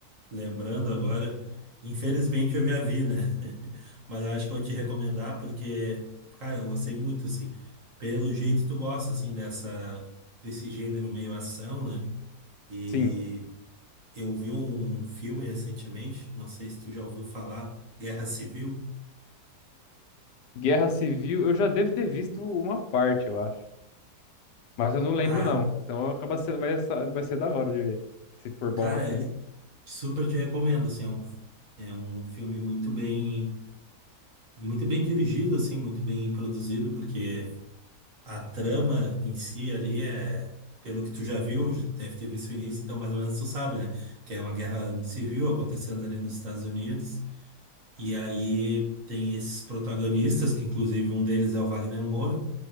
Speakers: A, on the right; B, on the left.
A: Lembrando agora, infelizmente eu já vi, né? <laughs> Mas eu acho que eu vou te recomendar porque, cara, eu gostei muito, assim. Pelo jeito tu gosta, assim, dessa, desse gênero meio ação, né? E
B: Sim.
A: eu vi um um filme recentemente, não sei se tu já ouviu falar, Guerra Civil.
B: Guerra Civil, eu já devo ter visto uma parte, eu acho. Mas eu não lembro,
A: Ah,
B: não. Então acaba sendo, vai, sa- vai ser da hora de ver. Se for bom
A: cara,
B: assim.
A: é- super te recomendo, assim, é um, é um filme muito bem, muito bem dirigido, assim, muito bem produzido, porque A trama em si ali é, pelo que tu já viu, já deve ter visto o início, então mais ou menos tu sabe, né? Que é uma guerra civil acontecendo ali nos Estados Unidos. E aí tem esses protagonistas, que inclusive um deles é o Wagner Moura,